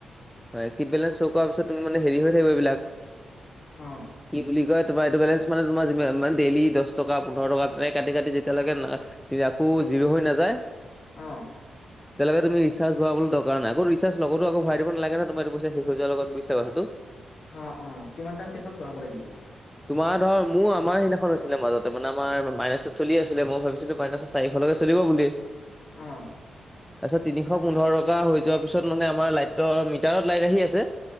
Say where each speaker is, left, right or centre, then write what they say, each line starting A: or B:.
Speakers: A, in the centre; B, on the left.
A: হয় এক্টিভ বেলেঞ্চ ছ কৰা পিছত তুমি মানে হেৰি হৈ থাকিব এইবিলাক।
B: অ।
A: কি বুলি কয় তোমাৰ এইটো বেলেঞ্চ মানে তোমাৰ যিমান ডেইলী দছ দছ টকা, পোন্ধৰ টকা তেনেকে কাটি-কাটি যেতিয়ালৈকে আকৌ জিৰ' হৈ নাযায়
B: অ।
A: তেতিয়ালৈকে তুমি ৰিচাৰ্জ ভৰাবলৈ দৰকাৰ নাই। আকৌ ৰিচাৰ্জ লগতো আকৌ ভৰাই দিব নালাগে নহয় তুমি এইটো পইচা শেষ হৈ যোৱাৰ লগত। তুমি বুইছা কথাটো?
B: অ-অ কিমান টাইম পিছত ভৰাব লাগিব?
A: তোমাৰ ধৰ মোৰ আমাৰ সেইদিনাখন আছিলে মাজত তাৰমানে আমাৰ মাইনাছত চলি আছিলে মই ভাবিছিলো মাইনাছত চাৰিশলৈকে চলিব বুলি।
B: অ অ অ
A: তাৰপিছত তিনিশ পোন্ধৰ টকা হৈ যোৱাৰ পিছত মানে আমাৰ লাইটৰ মিটাৰত লাইট আহি আছে